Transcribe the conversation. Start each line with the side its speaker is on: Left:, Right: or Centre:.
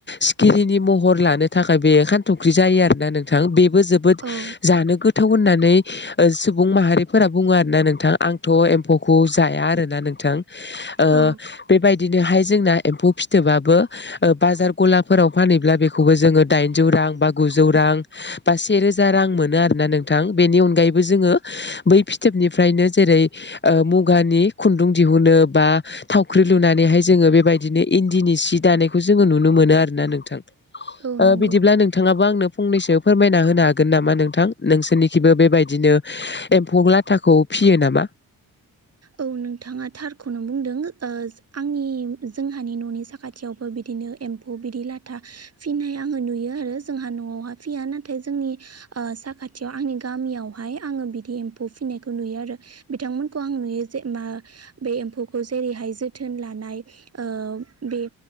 Left: सिखिरिनि महर लानो थाखाय बे खान्थख्रि जायो आरोना नोंथां बे जोबोद
Right: औ
Left: जानो गो थाव होननानै सुबुं माहारिफोरा बुङो आरोना नोंथां आंथ' एम्फौखौ जाया आरोना नोंथां। ओ
Right: औ
Left: बेबायदिनोहाय जोंना एम्फौ फिथोबाबो ओ बाजार गलाफोराव फानहैब्ला बेखौ जोङो दाइजौ रां बा गुजौ रां बा रोजा रां मोन आरोना नोंथां बेनि अनगायैबो जोङो बै फिथोबनिफ्रायनो जेरै ओ मुगानि खुन्दुं दिहुनो बा थावख्रि लुनानैहाय जोङो बेबायदिनो इन्दिनि सि दानायखौ जोङो नुनो मोनो आरोना नोंथां।
Right: औ
Left: ओ
Right: नंगौ
Left: बिदिब्ला नोंथाङाबो आंनो फंनैसो फोरमायना होनो हागोन नामा नोंथां? नोंसोरनिखिबो बेबायदिनो एम्फौ लाथाखौ फियो नामा?
Right: औ नोंथाङा थारखौनो बुंदों ओ आंनि जोंहानि न'नि साखाथियावबो बिदिनो एम्फौ बिदि लाथा फिसिनाय आङो नुयो आरो जोंहा न'आवहा फैया नाथाय जोंनि ओ साखाथियाव आंनि गामियावहाय आं ङो बिदि एम्फौ फिसिनायखौ नुयो आरो बिथांमोनखौ आं नुयो जे मा- एम्फौखौ जेरैहाय जोथोन लानाय ओ बे